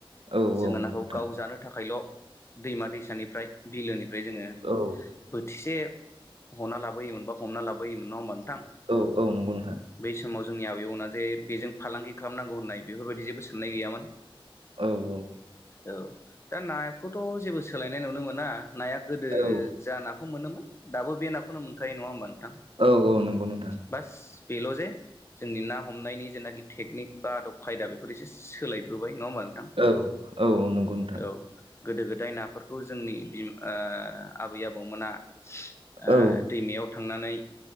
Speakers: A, on the right; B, on the left.
A: औ
B: जोङो
A: औ नंगौ
B: नाखौ
A: नोंथां
B: गाव जानो थाखायल' दैमा दैसानिफ्राय बिलोनिफ्राय जोङो
A: औ
B: बोथिसे हना हमना लाबोयोमोन बा हमना लाबोयोमोन नङा होमबा नोंथां
A: औ औ नंगौ नोंथां
B: बै समाव जोंनि आबैमोना जे बेजों फालांगि खालामनांगौ होननाय बेफोरबायदि जेबो साननाय गैयामोन।
A: औ औ।
B: औ दा नाखौथ' जेबो सोलायनाय नुनो मोना नाया गोदो
A: औ
B: जाना नाखौ मोनोमोन दाबो बे नाखौनो मोनखायो नङा होमबा नोंथां
A: औ औ नंगौ नोंथां
B: बास बेल' जे जोंनि ना हमनायनि जेनाखि टेकनिक बा आदब खायदा बेफोर एसे सोलायबोबाय। नङा होनबा नोंथां
A: औ औ नंगौ नोंथां
B: औ गोदो गोदाय नाफोर खौ जोंनि बिम ओ आबै आबौमोना ओ
A: औ
B: दैमायाव थांनानै